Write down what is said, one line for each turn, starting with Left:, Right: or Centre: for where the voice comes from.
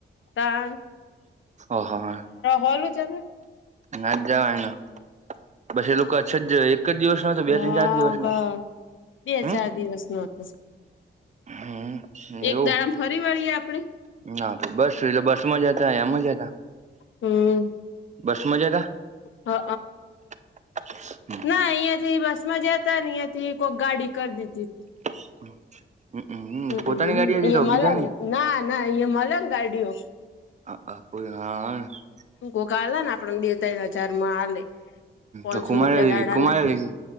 Left: તાન
Right: ઓહા.
Left: હોલું જને
Right: ના જ જવાયના. પછી એ લોકો છ એક જ દિવસ નો તો બે
Left: હા
Right: ત્રણ ચાર દિવસનો.
Left: બ બે
Right: હમ
Left: ચાર દિવસ નો હતો
Right: હમ
Left: એક
Right: એવું
Left: દાડમ. ફરી વળીએ આપણે.
Right: ના તો બસ જો એ બસમાં જ હતા એ મા જ હતા.
Left: હમ.
Right: બસ માં જ્યાતા.
Left: હઅ.
Right: <unintelligible>
Left: ના અહિયા થી બસ માં જયાતા ને નયા થી કોક ગાડી કર દીધી તી.
Right: <unintelligible>
Left: હમ
Right: પોતાની ગાડી હતી
Left: ઇયા
Right: તો બીજાની
Left: મલેને ના ના ઈ મલન ગાડીઓ.
Right: અ અ <unintelligible>
Left: કોકા આલે ને આપડ બે ને ત્રણ હજારમાં આલે પોચસો
Right: તો કુમારે
Left: રૂપિયા દાડા
Right: કુમારે
Left: ના
Right: લીધી